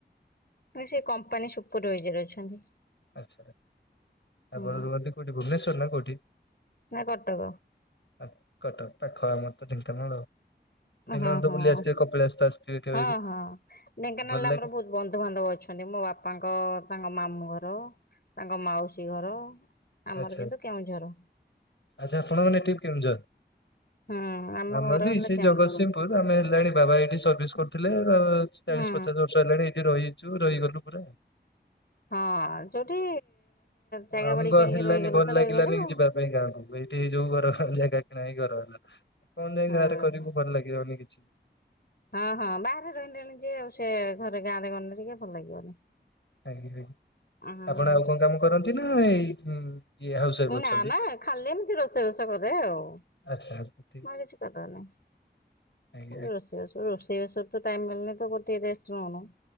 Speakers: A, on the left (about 60°); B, on the left (about 85°).
A: ସେ କମ୍ପାନୀ ସୁପରଭାଇଜର ଅଛନ୍ତି।
B: ଆଚ୍ଛା
A: ହୁଁ
B: ।ଆପଣ ରୁହନ୍ତି କୋଉଠି ଭୁବନେଶ୍ଵର ନା କୋଉଠି?
A: ନା କଟକ।
B: ଆ, କଟକ ପାଖ, ଆମର ତ ଢେଙ୍କାନାଳ।
A: ହଁ,
B: ଢେଙ୍କାନାଳ ତ
A: ହଁ।
B: ବୁଲି ଆସିଥିବେ କପିଳାସ ତ ଆସିଥିବେ କେବେ
A: ହଁ
B: ବି
A: ହଁ ।ଢେଙ୍କାନାଳରେ
B: ଭଲ ଲାଗେ
A: ଆମର ବହୁତ ବନ୍ଧୁବାନ୍ଧବ ଅଛନ୍ତି। ମୋ ବାପାଙ୍କ ତାଙ୍କ ମାମୁଁ ଘର, ତାଙ୍କ ମାଉସୀ ଘର। ଆମର
B: ଆଛା,
A: କିନ୍ତୁ କେଉଁଝର।
B: ଆଚ୍ଛା ଆପଣ ମାନେ ଏଠି କେଉଁଝର।
A: ହୁଁ ଆମ
B: ଆମର
A: ଘର
B: ବି
A: ହେଲା
B: ସେଇ
A: କେଉଁଝର
B: ଜଗତସିଂହପୁର ଆମେ ହେଲାଣି ବାବା ଏଇଠି ସର୍ଭିସ୍ କରୁଥୁଲେ ତ ଚାଳିଶ
A: ହୁଁ।
B: ପଚାଶ ବର୍ଷ ହେଲାଣି ଏଇଠି ରହି ଚୁ ରହିଗଲୁ ପୁରା।
A: ହଁ ଯୋଉଠି ଜାଗା
B: ଆମୁକୁ
A: ବାଡି
B: ଆ
A: କିଣିକି
B: ହେଲାନି
A: ରହିଗଲେ
B: ଭଲ
A: ତ
B: ଲାଗିଲାନି
A: ରହିଗଲେ ଆଉ।
B: ଯିବା ପାଇଁ ଗାଁକୁ ଏଇଠି ଏଇ ଯୋଉ ଘର ଜା ଗା କିଣା ହେଇ ଘର ହେଲା କଣ ଯାଇ
A: ହଁ
B: ଗାଁରେ କରିବୁ
A: ହଁ
B: ଭଲ ଲାଗିବନି କିଛି।
A: ହଁ ହଁ ବାହାରେ ରହିଲେଣି ଯିଏ ଆଉ ସିଏ ଘରେ ଗାଁରେ ଗନେ ବି କିଏ ଭଲ ଲାଗିବନି।
B: ଆଗ୍ରିବେ
A: ହଁ
B: ଆପଣ ଆଉ କଁ କାମ କରନ୍ତି ନାଁ ଏଇ ଉଁ ଇଏ ହାଉସ ୱାଇଫ ଅଛନ୍ତି
A: ନାଁ ନାଁ ଖାଲି ଏମିତି ରୋଷେଇ ବାସ କରେ ଆଉ। ମୁଁ
B: ଆଚ୍ଛା ଠିକ।
A: ଆଉ କିଛି କରେନେଇ ହାଲି
B: ଆଜ୍ଞା ଆଜ୍ଞା।
A: ରୋଷେଇ ରୋଷ୍ ହେଇ ବାସରୁ ତ ଟାଇମ୍ ମିଳୁନେଇ ତ ଗୋ ଟିଏ ରେଷ୍ଟ୍ ନୋଉନୁ।